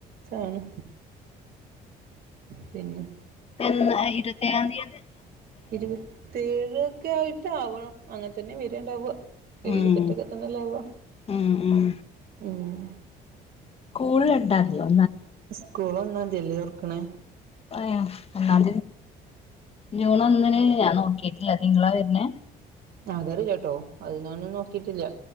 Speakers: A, on the right; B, on the left.
A: ആണ് പിന്നെ
B: എന്നാ ഇരുബത്തേഴാം തിയ്യതി
A: ഇരുപത് <unintelligible> ആയിട്ട് ആവണം അങ്ങനെ തന്നെ വരണ്ടാവുക ചെറിയ
B: ഉം
A: തെറ്റൊക്കെ തന്നെയല്ലേ ഉള്ളു
B: ഉം ഉം
A: ഉം
B: <unintelligible> രണ്ടാതീയോ
A: സ്കൂൾ ഒന്നാം തീയതി അല്ലേ <unintelligible>
B: ആ ജൂൺ ഒന്നിിനന് ഞാൻ നോക്കിട്ടില്ല തിങ്കള എന്ന
A: അതറില്ലട്ടോ അതന്നൊന്നും നോക്കിട്ടില്ല